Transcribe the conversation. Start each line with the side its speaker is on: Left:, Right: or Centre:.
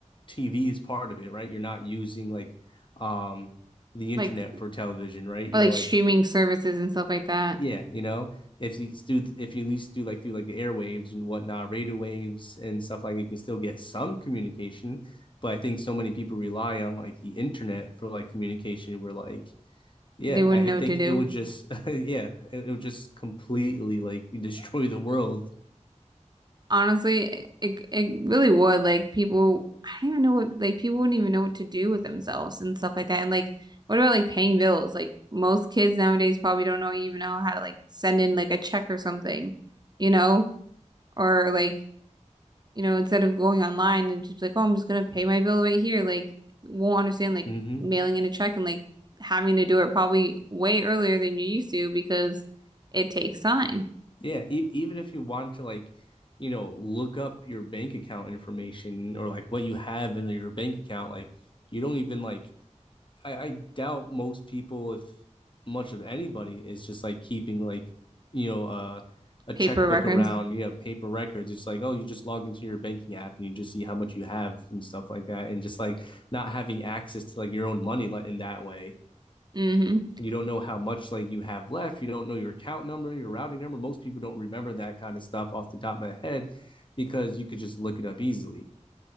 Left: TV is part of it, right? You're not using like um the internet
Right: Like
Left: for television, right? You
Right: or like
Left: know,
Right: streaming
Left: like
Right: services and stuff like that.
Left: yeah, you know, if you do, if you at least do like through like the airwaves and whatnot, radio waves and stuff like it, you can still get some communication. But I think so many people rely on like the internet for like communication. We're like, yeah,
Right: They wouldn't
Left: I, I
Right: know
Left: think
Right: what to do.
Left: it would just, <laughs> yeah, it, it would just completely like destroy the world.
Right: Honestly, it it it really would. Like people, I don't even know what like people wouldn't even know what to do with themselves and stuff like that. And like, what about like paying bills? Like most kids nowadays probably don't know even know how to like send in like a check or something, you know? Or like, you know, instead of going online and just like, oh, I'm just gonna pay my bill right here. Like, won't understand like
Left: hmm
Right: mailing in a check and like having to do it probably way earlier than you used to because it takes time.
Left: Yeah, e- even if you want to like, you know, look up your bank account information or like what you have in your bank account, like you don't even like I, I doubt most people, if much of anybody, is just like keeping like you know uh, a
Right: Paper
Left: checkbook
Right: records.
Left: around, you know, paper records. It's like oh, you just log into your banking app and you just see how much you have and stuff like that, and just like not having access to like your own money like in that way.
Right: hmm
Left: You don't know how much like you have left. You don't know your account number, your routing number. Most people don't remember that kind of stuff off the top of their head because you could just look it up easily.